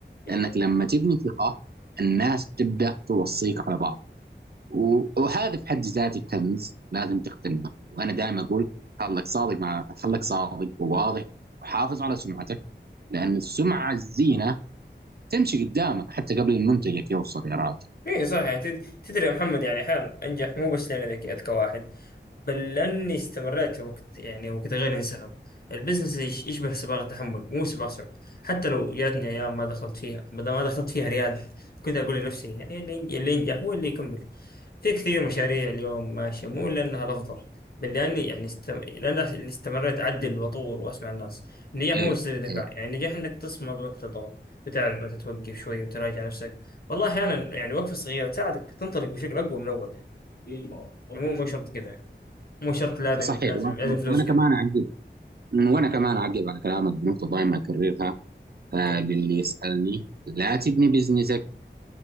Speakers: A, on the left; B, on the right.
A: إيه.
B: لانك لما تبني ثقه الناس تبدا توصيك على بعض و- وهذا في حد ذاته كنز لازم تقتنعه وانا دائما اقول خلك صادق مع خلك صادق وواضح وحافظ على سمعتك لان السمعه الزينه تمشي قدامك حتى قبل منتجك يوصل يا راجل
A: اي صح يعني تد- تدري يا محمد يعني احيانا انجح مو بس لاني ذكي اذكى واحد بل لاني استمريت وقت يعني وقت غير انسحب البزنس يش- يشبه سباق التحمل مو سباق صعب حتى لو جاتني ايام ما دخلت فيها بدل ما دخلت فيها ريال كنت اقول لنفسي يعني اللي ينج- اللي ينجح هو اللي يكمل في كثير مشاريع اليوم ماشيه مو لانها الافضل بل لاني يعني استم... لاني استمريت اعدل واطور واسمع الناس النجاح مو
B: ايه
A: بس الذكاء
B: إيه.
A: يعني النجاح انك تصمد وقت الضغط وتعرف متى توقف شوي وتراجع نفسك والله احيانا يعني وقفه صغيره تساعدك تنطلق بشكل اقوى من اول يعني يعني مو مو شرط كذا يعني. مو شرط لازم
B: صحيح
A: لازم
B: و-
A: لازم فلوس
B: وانا
A: كذا
B: كمان اعقب وانا كمان اعقب على كلامك بنقطه دائما اكررها آه
A: اوكي
B: للي يسالني لا تبني بزنسك